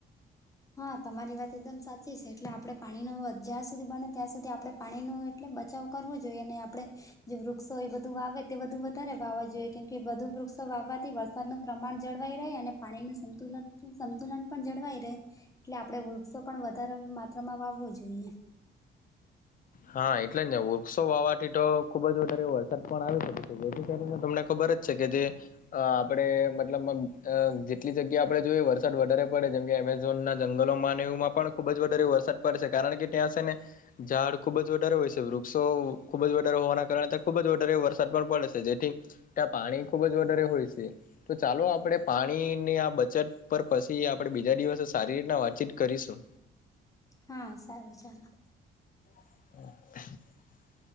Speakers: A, on the left (about 15°); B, on the left (about 45°).
A: હા તમારી વાત એકદમ સાચી છે. એટલે આપણે પાણીનો જ્યાં સુધી બને ત્યાં સુધી આપણે પાણીનું એટલે બચાવ કરવો જોઈએ ને આપણે જે વૃક્ષો એ બધું વાવે બધું વધારે વાવા જોઈએ કે વધુ વૃક્ષો વાવવાથી વરસાદનું પ્રમાણ જળવાય રહે અને પાણી નું સંતુલન, સંતુલન પણ જળવાય રહે. એટલે આપડે વૃક્ષો પણ વધારે માત્રામાં વાવવો જોઈએ.
B: હા એટલે જ ને વૃક્ષો વાવાથી તો ખુબ જ વધારે વરસાદ પણ આવે શકે જેથી કરીને તમને ખબર જ છે કે તે આ આપડે મતલબમાં અ. જેટલી જગ્યા આપણે જોઈ હોય, વરસાદ વધારે પડે, જેમ કે એમે ઝોનનાં જંગલોમાં ને એવુંમાં પણ ખુબ જ વધારે વરસાદ પડશે. કારણ કે ત્યાં છે ને ઝાડ ખુબ જ વધારે હોય છે. વૃક્ષો ખુબ જ વધારે હોવાના કારણે ત્યાં ખુબ જ વધારે વરસાદ પણ પડે છે. જેથી ત્યાં પાણી ખુબ જ વધારે હોય સે. તો ચાલો આપણે પાણીની આ બચત પર પસી આપણે બીજા દિવસે સારી રીતના વાતચીત કરીશું.
A: હા સારું ચાલો.
B: <inaudible>